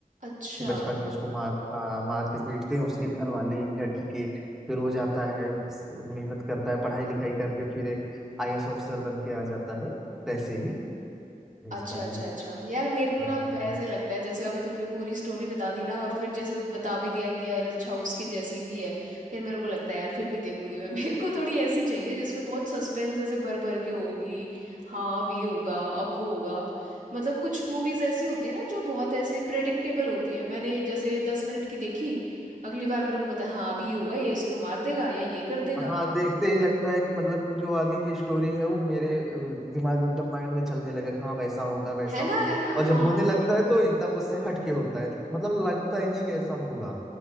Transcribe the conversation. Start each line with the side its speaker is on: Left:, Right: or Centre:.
Right: अच्छा
Centre: कि बचपन में उसको मार हाँ मारते पीटते हैं उसके घर वाले लड़की के फिर वो जाता है स- मेहनत करता है पढ़ाई लिखाई करके फिर एक आईएएस ऑफिसर बन के आ जाता है वैसे ही है
Right: अच्छा
Centre: इसका भी
Right: अच्छा अच्छा यार मेरे को
Centre: हाँ
Right: ना वैसे लगता है जैसे अभी तुमने पूरी स्टोरी बता दी ना और फिर जैसे बता भी दिया कि यार अच्छा उसके जैसी सी है फिर मेरे को लगता है यार फिर नहीं देखूंगी मैं <laughs> मेरे को थोड़ी ऐसी चाहिए जिसमें बहुत सस्पेंस ऐसे भर भर के हो कि हाँ अब ये होगा अब वो होगा मतलब कुछ मूवीज ऐसी होती है ना जो बहुत ऐसे प्रेडिक्टेबल होती है मैंने जैसे दस मिनट की देखी अगली बार मेरे को पता है हाँ अभी ये होगा ये इसको मार देगा या ये कर देगा
Centre: हाँ देखते ही लगता है कि मतलब कि जो आगे की स्टोरी है वो मेरे अ, दिमाग में एकदम माइंड में चलने लगा कि हाँ वैसा होगा वैसा
Right: है
Centre: होगा
Right: ना है ना
Centre: और
Right: हाँ
Centre: जब होने लगता है तो एकदम उससे हट के होता है मतलब लगता ही नहीं कि ऐसा होगा